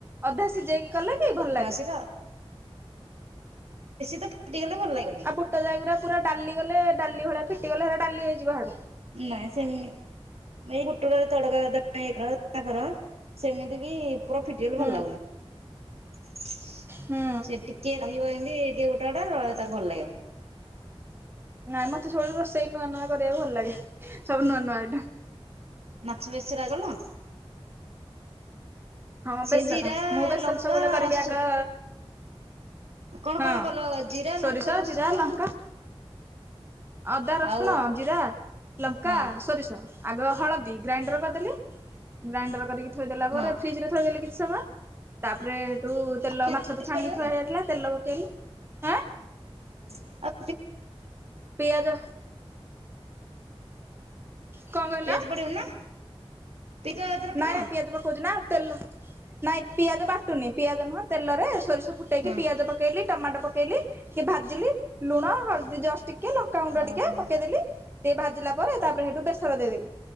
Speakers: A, on the right (about 20°); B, on the right (about 80°).
A: ଅଧା ସିଝେଇକି କଲେ କି ଭଲ
B: <unintelligible>
A: ଲାଗେ।
B: ବେଶୀ ତ ଫଟିଗଲେ ଭଲ ଲାଗେ
A: ଆଉ ବୁଟ ଯାଇଗୁରା ପୁରା ଡାଲି ଗଲେ ଡାଲି ଭଳିଆ ଫିଟିଗଲେ ଡାଲି ହେଇଯିବ ହିଡେ।
B: ନାଇଁ ସେମି ଏଇ ବୁଟଡାଲି ତଡକା ପାଇଁ <unintelligible> ସେମିତି ବି ପୁରି ଫିଟିଗଲେ
A: ହୁଁ
B: ଭଲ ଲାଗୁନି ସେ
A: ହୁଁ
B: ଟିକେ ରହିବ ଏମିତି ଟିକେ ଗୋ ଟା ତାକୁ ଭଲ ଲାଗିବ।
A: ନାଇଁ ମତେ ସବୁବେଳେ ରୋଷେଇ ନୂଆ ନୂଆ କରିବାକୁ ଭଲ ଲାଗେ ସବୁ ନୂଆ ନୂଆ ଆଇଟମ୍।
B: ମାଛ ବେଶର ଆ ଗଲା
A: ହଁ
B: ସେ
A: ବେସର
B: ଜିରା,
A: ମୁଁ ବେସର
B: ଲଙ୍କା,
A: ସବୁବେଳେ କରିବି
B: ରସୁ
A: ଆଗ
B: କଣ
A: ହଁ
B: କଣ କଲ ଜିରା,
A: ସୋରିଷ
B: ଲଙ୍କା, ରସୁଣ
A: ଜିରା ଲଙ୍କା ଅଦା, ରସୁଣ,
B: ଆଉ
A: ଜିରା, ଲଙ୍କା,
B: ହଁ
A: ସୋରିଷ ଆଗ ହଳଦୀ ଗ୍ରାଇଣ୍ଡର କରିଦେଲି ଗ୍ରାଇଣ୍ଡର କରିକି ଥୋଇଦେଲା
B: ହଁ
A: ପରେ ଫ୍ରିଜ ଥୋଇଦେଲି କିଛି ସମୟ ତାପରେ ହେଠୁ ତେଲ
B: ପିଆଜ
A: ମାଛ ଛଣିକି
B: ପଡିବନି
A: ଥୁଆ ହେଇ ଯାଥିଲା ତେଲ ପକେଇଲି। ଆଁ
B: <inaudible>
A: ପିଆଜ କଣ କହିଲ?
B: ପିଆଜ ପଡ଼ିବନି ନା? ପିଆଜ ଏଥିରେ ଫୁଟଣ
A: ନାଇଁ ନାଇଁ ପିଆଜ ପକାଉଚି ନା। ତେଲ ନାଇଁ ପିଆଜ ବାଟୁନି ପିଆଜ ନୁହଁ ତେଲରେ ସୋରିଷ ଫୁଟେଇକି
B: ହଁ
A: ପିଆଜ ପକେଇଲି ଟମାଟୋ ପକେଇଲି ଟିକେ ଭାଜିଲି ଲୁଣ, ହଳଦୀ ଜସ୍ ଟିକେ ଲଙ୍କାଗୁଣ୍ଡ
B: ଓହୋ
A: ଟିକେ ପକେଇଦେଲି। ଟିକେ ଭାଜିଲା ପରେ ତାରେ ସେଇଠୁ ବେସର ଦେଇଦେଲି